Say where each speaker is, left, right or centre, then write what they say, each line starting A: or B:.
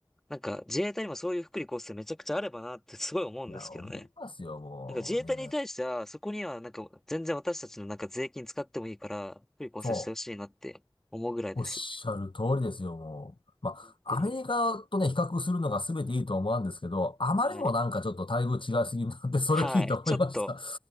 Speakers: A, in the centre; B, on the left.
A: なんか自衛隊にもそういう福利厚生めちゃくちゃあればなってすごい思うんですけどね。
B: いや、思いますよ、もうね。
A: なんか自衛隊に対しては、そこにはなんか全然私たちのなんか税金使ってもいいから、福利厚生してほしいなって思うぐらいです。
B: そう。おっしゃる通りですよ、もう。まあ、
A: 本当に。
B: アメリカとね、比較するのが全ていいとは思うんですけど、あまりにもなんかちょっと待遇違いすぎるなって、
A: はい。
B: それ聞いて思いました。
A: はい。ちょっと、